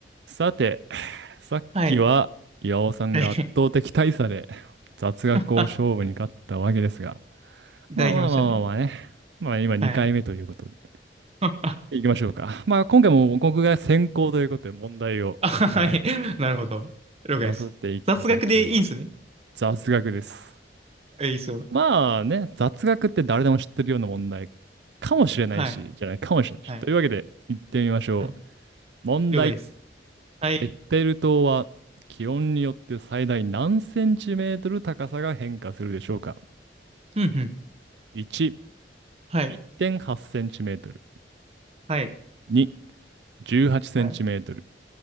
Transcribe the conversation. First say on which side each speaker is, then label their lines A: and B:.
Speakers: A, on the right; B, on the right.
A: さて、さっきは岩尾さんが圧倒的大差で
B: はい。<laughs> はい。
A: 雑学を勝負に勝ったわけですが、
B: <laughs> いただきましたね。
A: まあまあまあまあまあね、まあ今2回目ということで、
B: はい。<laughs>
A: いきましょうか。まあ今回も僕が先行ということで問題を、
B: あ、
A: はい、
B: はい。なるほど。了解です。
A: 出させていただきます。
B: 雑学でいいんすね。
A: 雑学です。
B: え、いいっすよ。
A: まあね、雑学って誰でも知ってるような問題かもしれないし、
B: はい。
A: じゃないかもしれないし。
B: はい。
A: というわけで、行ってみましょう。
B: うん。
A: 問題。
B: 了解です。はい。
A: エッテル島は気温によって最大何センチメートル高さが変化するでしょうか
B: うんうん。
A: ?1、
B: はい。
A: 1.8センチメートル。
B: はい。
A: 2、18センチメートル。
B: はい。